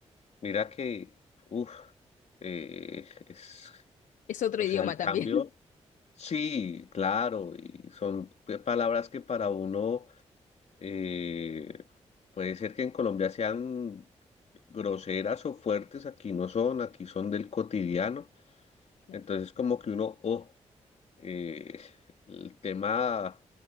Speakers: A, on the left; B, on the left.
A: mira que, uff, es,
B: Es otro
A: o
B: idioma
A: sea, el
B: también.
A: cambio,
B: <laughs>
A: sí, claro, y son pe- palabras que para uno eh, puede ser que en Colombia sean groseras o fuertes, aquí no son, aquí son del cotidiano,
B: Claro.
A: entonces como que uno, oh, eh, el tema,